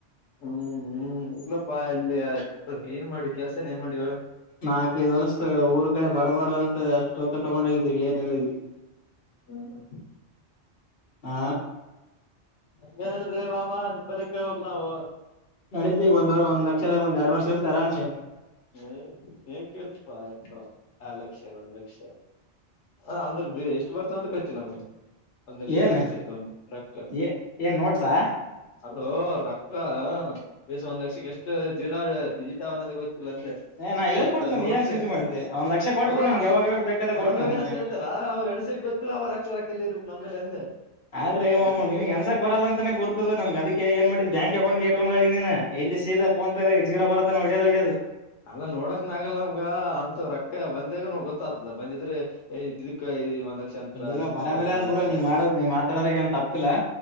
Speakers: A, on the left (about 80°); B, on the left (about 60°).
A: ಹ್ಮ್ ಹ್ಮ್ ಇಲ್ಲಪ್ಪಾ ಅಲ್ಲಿ ಏನ್ ಮಾಡಿವ್ ಕೆಲ್ಸನ ಏನ್ ಮಾಡಿವ ಹೇಳ್
B: ನಾಕೈದ ವರ್ಸ ಊರ್ ಕಡೆ ಬರ್ಬಾರ್ದಂತ ಅಷ್ಟು ರೊಕ್ಕ ತಗೊಂಡ ಹೋಗಿದ್ದೀವಿ ಏನ್ ಇಲ್ಲ ಈಗ್.
A: ಹ್ಮ ಹ್ಮ
B: ಆ
A: ಹಂಗೇನಿಲ್ರೀ ಮಾಮಾ ನಿಂಬಲ್ಲೇ ಕೇಳ್ಬೇಕ್ ನಾವು.
B: ನಡಿತದ್ ಈಗ ಒಂದ್ ಒಂದ ಲಕ್ಷದ ಒಂದ ಯಾಡ್ ವರ್ಷ ಇರ್ತಿ ಆರಾಮ್ಸೇ.
A: ಹ್ಮ ಏನ್ ಕೇಳ್ತಪ್ಪಾ ಯಪ್ಪಾ ಯಾಡ್ ಲಕ್ಷ ಒಂದ್ ಲಕ್ಷ ಹ ಅಂದ್ರ ಬಿ ಎಷ್ಟ ಬರ್ತದ ಅಂತ ಗೊತ್ತಿಲ್ಲ ನಮಗ. ಒಂದ್ ಲಕ್ಷದಾಗ
B: ಏನ್
A: ಎಸ್ ಇರ್ತಾವ್ ನಿಮ್ಮ ಟ್ರಕ್
B: ಏ ಏನ್ ನೋಟ್ಸಾ
A: ಅಲ್ಲೋ ರಕ್ಕ ಎಸ್ ಒಂದ್ ಲಕ್ಷಕ್ಕ ಎಷ್ಟ ಜಿರೋ ಆವ ಡಿಜಿಟ್ ಆವ ಗೊತ್ತ ಲ್ಲಂದೆ
B: ಏ ನಾ ಹೇಳ್ಕೊಡ್ತನ
A: ಮತ್ತ್ ನೋಟ್ಸ್
B: ನೀ ಯಾಕೆ ಚಿಂತೆ ಮಾಡತ್ತೆ ಒಂದ್ ಲಕ್ಷ ಕೊಟ್ಬಿಡ್
A: ಅಲ್ಲ
B: ನಿನ್ಗೆ
A: ಅಷ್ಟು
B: ಯಾವಾಗ ಬೇಕಾದಾಗ
A: ತಗೊಂಡ್
B: ಕೊಡ್ತ
A: ಹೋಗೇನಂತ
B: ನನ್
A: ಹೇಳ್ತ ಲ್ಲ ಅವ್ ಎಣಸಕ್ ಗೊತ್ತಿಲ್ಲಾ ಅವ್ ರಕ್ಕ ರಕ್ಕಲ್ಲಿ ಇರ್ಬೇಕ ನಂಬಲ್ಲಿ ಅಂದೆ.
B: ಅಲ್ರೀ ಮಾಮ್
A: ಗೊತ್ತಿದ್ರ
B: ನಿನ್ಗ ಏನ್ಸಾಕ್ ಬರಲ್ಲ ಅಂತಾನೇ ಗೂರ್ತದ ನನ್ಗ ಅದಕ್ಕೆ ಏನ್ ಮಾಡಿದ್ದ ಬ್ಯಾಂಕ್ ಅಕೌಂಟ್ಗೆ ಇಟ್ಕೊಂಡ್ ಹೋಗಿ ನೀನ್. ಎಲ್ಲಿ ಸೀದ ಫೋನ್ ಪೇ ದಾಗ ಜೀರೋ ಬರೋತ್ತನಾ ಹೊಡ್ಯೋದ ಹೊಡ್ಯೋದ.
A: ಅಲ್ಲಾ ನೋಡಕ್ನ ಆಗಲ್ಲ ನಮ್ಗ ಅಂತವ್ ರಕ್ಕ ಬಂದಾಗ ನಂಗ್ ಗೊತ್ತಾಗ್ತದ ಬಂದಿದ್ರೆ ಎ ಇದಕ್ಕ ಒಂದ್ ಲಕ್ಷ ಅಂತರ
B: ಇಲ್ಲಿಲ್ಲ
A: ಇದಕ್ಕ
B: ಬರಾಬರಿ ಆದ್
A: ಯಾಡ್
B: ಬಿಡು
A: ಲಕ್ಷ
B: ನೀ ಮಾಡದ
A: ಅಂತರ
B: ನೀ ಮಾತಾಡೋರಗ ಏನ್ ತಪ್ಪಿಲ್ಲ